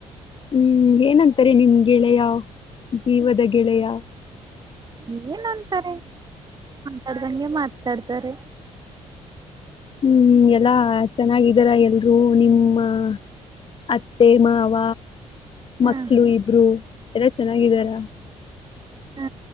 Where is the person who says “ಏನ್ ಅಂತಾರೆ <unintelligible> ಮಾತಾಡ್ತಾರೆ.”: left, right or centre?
Right